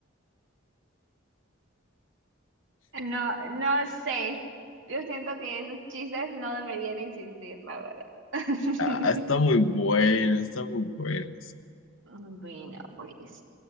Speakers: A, on the right; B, on the left.
A: No, no sé. Yo siento que esos chistes no deberían existir, la verdad. <laughs>
B: Ah, está muy bueno, está muy bueno.
A: Bueno, pues,